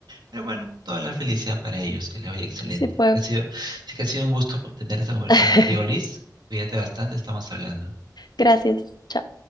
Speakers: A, on the right (about 80°); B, on the left (about 70°).
A: Pero bueno, toda la felicidad para ellos, que les vaya excelente.
B: Sí, pues.
A: Ha sido, sí que ha sido un gusto co- tener esta conversación
B: <laughs>
A: contigo, Liz. Cuídate bastante, estamos hablando.
B: Gracias. Chao.